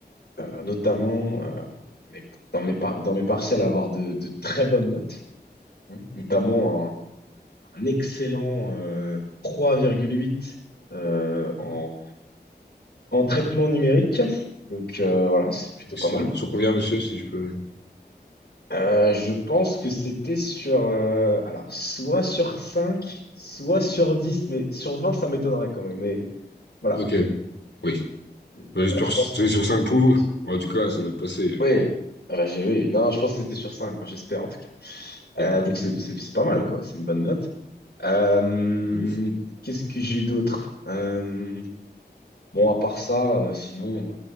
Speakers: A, on the left (about 70°); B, on the left (about 85°).
A: euh, notamment euh, mes- dans mes, par- dans mes partiels, à avoir de, de très bonnes notes, hein. notamment un, un excellent euh, 3,8 euh, en, en traitement numérique. Donc euh, voilà, c'est plutôt
B: Excellent.
A: pas mal.
B: Sur combien, monsieur, si je peux...
A: Euh, je pense que c'était sur, euh, alors, soit sur 5 soit sur dix mais sur 20 ça m'étonnerait quand même. Mais voilà,
B: Ok. Oui.
A: Euh,
B: Bah, J'espère
A: voilà, je
B: que
A: pense.
B: c'est sur 5 pour vous. En tout cas, ça va te passer.
A: Oui, ah bah, j'ai, oui, non, je pense que c'était sur cinq enfin, j'espère en tout cas.
B: D'accord.
A: Euh, donc c'est c'est- c'est pas mal, quoi, c'est une bonne note. Euh,
B: C'est beau.
A: qu'est-ce que j'ai eu d'autre? Euh, bon, à part ça, euh, sinon, euh,